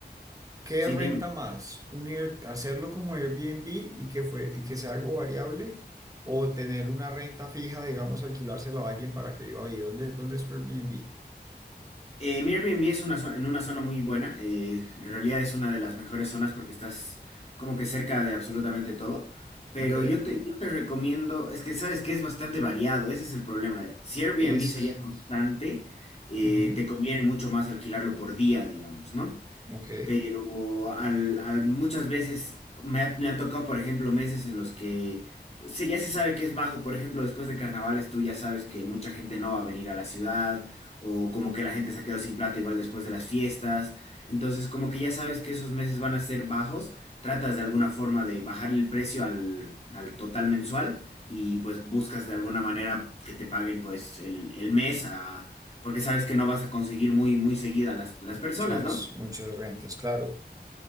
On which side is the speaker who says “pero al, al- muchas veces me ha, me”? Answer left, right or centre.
Left